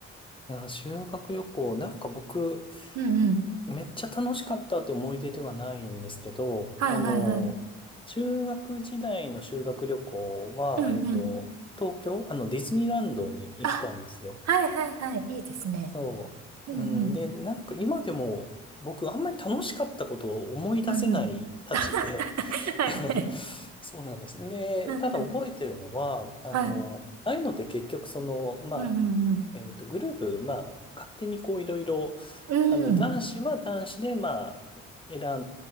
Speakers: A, on the left; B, on the right.
A: いや、修学旅行、なんか僕、
B: うんうん。
A: めっちゃ楽しかったって思い出ではないんですけど、
B: はいはいはい。
A: あの、中学時代の修学旅行は、
B: うんうん。
A: えっと、東京、あの、ディズニーランドに行ったんですよ。
B: あ、はいはいはい。いいですね。
A: そう。
B: うんうん。
A: うん。で、なんか今でも僕あんまり楽しかったことを思い出せないたちで
B: うんうん。<laughs> はいはい。
A: <laughs> そうなんです。で、
B: うんうん。
A: ただ覚えてるのは、あの、
B: はい。
A: ああいうのって結局その、まあ、
B: うんうんうん。
A: えっと、グループ、まあ、勝手にこういろいろ、
B: うん。
A: あの、男子は男子で、まあ、選